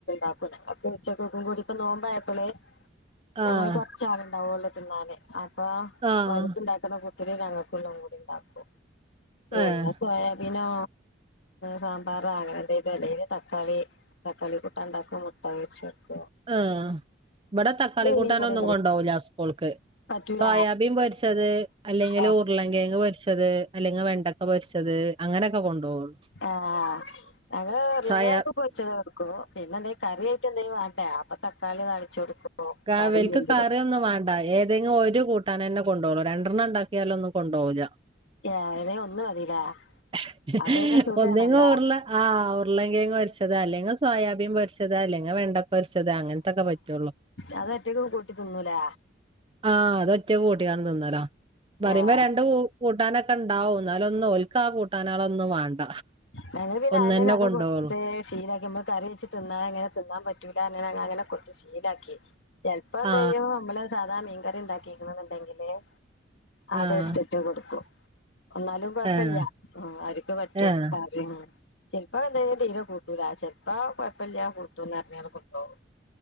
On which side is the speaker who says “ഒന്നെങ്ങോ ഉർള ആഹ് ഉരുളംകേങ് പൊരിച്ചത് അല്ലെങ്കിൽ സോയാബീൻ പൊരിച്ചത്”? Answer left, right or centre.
Right